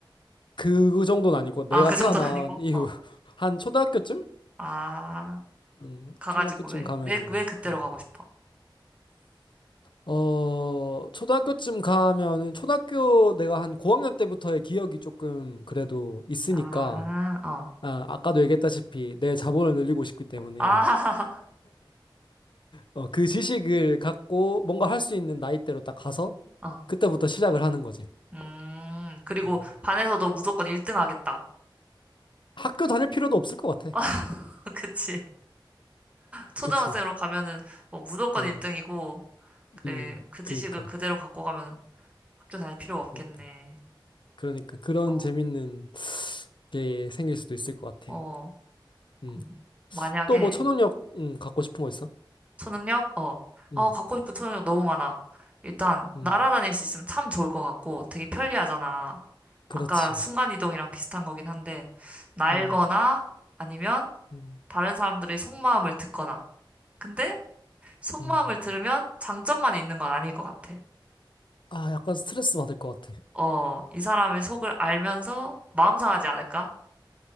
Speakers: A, on the left; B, on the right.
A: 그 정도는 아니고 내가
B: 아, 그
A: 태어난
B: 정도는 아니고?
A: 이후
B: 어.
A: <laughs> 한 초등학교쯤?
B: 아,
A: 음,
B: 가가지고
A: 초등학교쯤
B: 왜,
A: 가면은,
B: 왜, 왜 그때로
A: 음.
B: 가고 싶어?
A: 어, 초등학교쯤 가면은 초등학교 내가 한 고학년 때부터의 기억이 조금 그래도 있으니까,
B: 아, 어.
A: 아, 아까도 얘기했다시피 내 자본을 늘리고 싶기 때문에
B: 아, <laughs>
A: 어, 그 지식을 갖고 뭔가 할 수 있는 나이대로 딱 가서
B: 어.
A: 그때부터 시작을 하는 거지.
B: 음, 그리고
A: 어.
B: 반에서도 무조건 1등 하겠다.
A: 학교 다닐 필요도 없을 것 같아.
B: <laughs> 그치. 초등학생으로
A: 그치?
B: 가면은 뭐 무조건
A: 음,
B: 1등이고, 그래.
A: 음,
B: 그 지식을
A: 그니까,
B: 그대로 갖고 가면 학교 다닐 필요 없겠네.
A: 그니까, 그러니까 그런
B: 어,
A: 재밌는 게 생길 수도 있을 것 같아.
B: 어.
A: 음,
B: 음, 만약에
A: 또 뭐 초능력 음, 갖고 싶은 거 있어?
B: 초능력? 어.
A: 음,
B: 어, 갖고 싶은 초능력 너무 많아. 일단,
A: 음,
B: 날아다닐 수 있으면 참 좋을 것 같고, 되게 편리하잖아.
A: 그렇지.
B: 아까 순간이동이랑 비슷한 거긴 한데, 날거나
A: 음,
B: 아니면
A: 음,
B: 다른 사람들의 속마음을 듣거나. 근데 속마음을
A: 음.
B: 들으면 장점만 있는 건 아닐 것 같아.
A: 아, 약간 스트레스 받을 것 같아.
B: 어, 이 사람의 속을 알면서 마음 상하지 않을까?